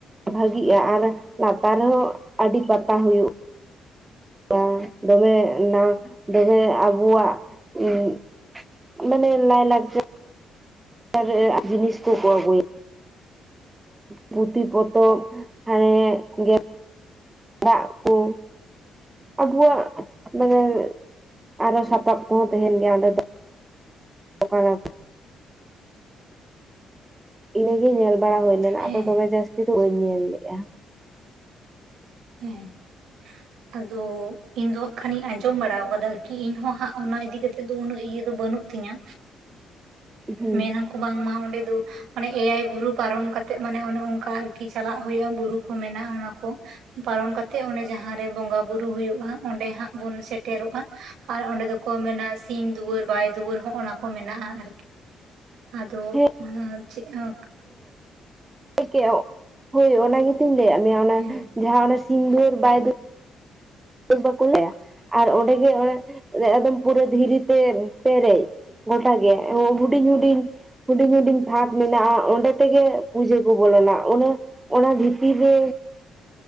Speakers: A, on the right; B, on the right.
A: ᱵᱷᱟᱹᱜᱤᱜᱼᱟ ᱟᱨ ᱞᱟᱛᱟᱨ ᱨᱮᱦᱚᱸ ᱟᱹᱰᱤ ᱯᱟᱛᱟ ᱦᱩᱭᱩᱜ <unintelligible> ᱫᱚᱢᱮ ᱱᱟ ᱫᱚᱢᱮ ᱟᱵᱚᱣᱟᱜ ᱩᱸᱜ ᱢᱟᱱᱮ ᱞᱟᱭ ᱞᱟᱠᱪᱟ ᱟᱨ <unintelligible> ᱡᱤᱱᱤᱥ ᱠᱚᱠᱚ ᱟᱹᱜᱩᱭᱟ ᱯᱩᱛᱷᱤ ᱯᱚᱛᱚᱵ ᱮᱸᱜ ᱜᱮ ᱫᱟᱜ ᱠᱚ ᱟᱵᱚᱣᱟᱜ ᱢᱟᱱᱮ ᱟᱨᱚ ᱥᱟᱯᱟᱵ ᱠᱚᱦᱚᱸ ᱛᱟᱦᱮᱱ ᱜᱮᱭᱟ ᱚᱸᱰᱮ ᱫᱚ ᱟᱠᱚ ᱦᱚᱸ ᱤᱱᱟᱹᱜᱮ ᱧᱮᱞ ᱵᱟᱲᱟ ᱦᱩᱭ ᱞᱮᱱᱟ
B: ᱦᱮᱸ
A: ᱟᱫᱚ ᱫᱚᱢᱮ ᱡᱟᱹᱥᱛᱤ ᱫᱚ ᱵᱟᱹᱧ ᱧᱮᱞ ᱞᱮᱜᱼᱟ
B: ᱦᱮᱸ ᱟᱫᱚ ᱤᱧ ᱫᱚ ᱦᱟᱸᱜ ᱠᱷᱟᱱᱤᱧ ᱟᱸᱡᱚᱢ ᱵᱟᱲᱟ ᱟᱠᱟᱫᱟ ᱟᱨᱠᱤ ᱤᱧᱦᱚᱸ ᱦᱟᱸᱜ ᱚᱱᱟ ᱤᱫᱤᱠᱟ ᱠᱟᱛᱮᱫ ᱫᱚ ᱩᱱᱟᱹᱜ ᱤᱭᱟᱹ ᱫᱚ ᱵᱟᱹᱱᱩᱜ ᱛᱤᱧᱟᱹ
A: ᱦᱩᱸ
B: ᱢᱮᱱ ᱟᱠᱚ ᱵᱟᱝᱢᱟ ᱚᱸᱰᱮ ᱫᱚ ᱢᱟᱱᱮ ᱮᱭᱟᱭ ᱵᱩᱨᱩ ᱯᱟᱨᱚᱢ ᱠᱟᱛᱮᱜ ᱢᱟᱱᱮ ᱚᱱᱮ ᱚᱱᱠᱟ ᱟᱨᱠᱤ ᱪᱟᱞᱟᱜ ᱦᱩᱭᱩᱜ-ᱟ ᱵᱩᱨᱩ ᱠᱚ ᱢᱮᱱᱟᱜ-ᱟ ᱚᱱᱟ ᱠᱚ ᱯᱟᱨᱚᱢ ᱠᱟᱛᱮᱜ ᱚᱸᱰᱮ ᱡᱟᱦᱟᱸᱨᱮ ᱵᱚᱸᱜᱟ ᱵᱩᱨᱩᱳ ᱦᱩᱭᱩᱜ-ᱟ ᱚᱸᱰᱮ ᱦᱟᱜ ᱵᱚᱱ ᱥᱮᱴᱮᱨᱚᱜ-ᱟ ᱟᱨ ᱚᱸᱰᱮ ᱫᱚᱠᱚ ᱢᱮᱱᱟ ᱥᱤᱢ ᱫᱩᱣᱟᱹᱨ ᱵᱟᱭ ᱫᱩᱣᱟᱹᱨ ᱦᱚᱜ-ᱚᱭ ᱚᱱᱟ ᱠᱚ ᱢᱮᱱᱟᱜ-ᱟ ᱟᱨᱠᱤ ᱟᱫᱚ
A: ᱦᱮᱸ
B: ᱦᱩᱻ ᱪᱮᱫ ᱦᱚ
A: ᱦᱮᱸ ᱦᱳᱭ ᱚᱱᱟ ᱜᱮᱛᱤᱧ ᱞᱟᱹᱭᱟᱜ ᱢᱮᱭᱟ ᱚᱱᱟ
B: ᱦᱮᱸ
A: ᱡᱟᱦᱟᱸ ᱛᱤᱱ ᱵᱷᱚᱨ ᱵᱟᱭ ᱫᱩ ᱵᱟᱠᱚ ᱞᱟᱹᱭᱟ ᱟᱨ ᱚᱸᱰᱮ ᱜᱮ ᱮᱠᱫᱚᱢ ᱯᱩᱨᱟᱹ ᱫᱷᱤᱨᱤ ᱛᱮ ᱯᱮᱨᱮᱡ ᱜᱚᱴᱟ ᱜᱮ ᱦᱩᱰᱤᱧ ᱦᱩᱰᱤᱧ ᱦᱩᱰᱤᱧ ᱦᱩᱰᱤᱧ ᱛᱷᱟᱠ ᱢᱮᱱᱟᱜ-ᱟ ᱚᱸᱰᱮ ᱛᱮᱜᱮ ᱯᱩᱡᱟᱹ ᱠᱚ ᱵᱚᱞᱚᱱᱟ ᱚᱱᱟ ᱚᱱᱟ ᱵᱷᱤᱛᱤᱨ ᱨᱮ